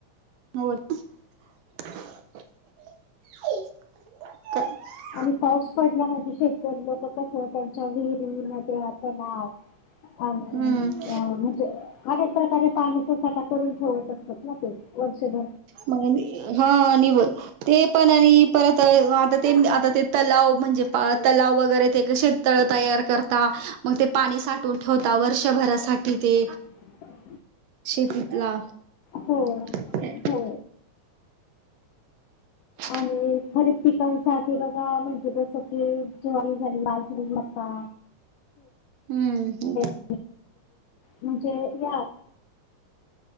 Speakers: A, on the right; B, on the left.
A: हो
B: आणि पाऊस पडल्या म्ह शेतकरी लोक कस त्यांच्या विहीर विहीर मध्ये आता नाव अम ते
A: हम्म
B: म्हणजे अनेक प्रकारे पाणीचा साठा करून ठेवत असतात ना ते वर्षभर
A: मग हा निव ते पण आणि परत आता ते आता ते तलाव म्हणजे तलाव वगैरे ते कसे तळ तयार करता मग ते पाणी साठून ठेवता वर्षभरासाठी ते
B: ह
A: शेतीतला
B: हो
A: ह
B: हो
A: ह
B: आणि खरी पिकांसाठी बघा म्हणजे जस क जॉ बाजरी मका
A: हम्म
B: स म्हणजे या <inaudible>